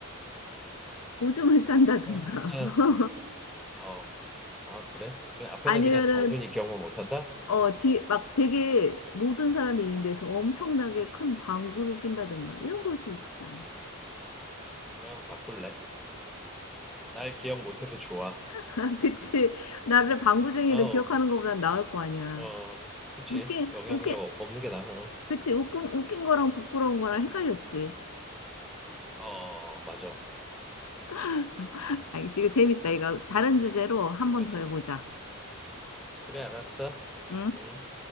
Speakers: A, in the centre; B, on the left (about 85°).
A: 어,
B: 오줌을 싼다든가
A: 그럼 앞에는
B: <laughs>
A: 어, 아 그래? 그래 앞에는
B: 아니면은
A: 그냥 단순히 기억만 못한다?
B: 어, 뒤, 막 되게 모든 사람이 있는 데서
A: 음,
B: 엄청나게 큰 방구를 낀다든가 이런 걸 수 있잖아.
A: 그럼 바꿀래. 날 기억 못해도 좋아.
B: <laughs> 그치? 나를 방구쟁이를
A: 어,
B: 기억하는 것보단 나을 거 아니야.
A: 어, 그치.
B: 웃긴,
A: 영향력
B: 웃긴,
A: 없는 게 나아. 어,
B: 그치? 웃긴, 웃긴 거랑 부끄러운 거랑 헷갈렸지.
A: 어, 맞아.
B: <laughs>
A: 음,
B: 알겠어. 이거
A: 오케이.
B: 재밌다. 이거 다른 주제로 한 번
A: 그래,
B: 더
A: 진짜.
B: 해보자.
A: 그래, 알았어.
B: 응?
A: 음.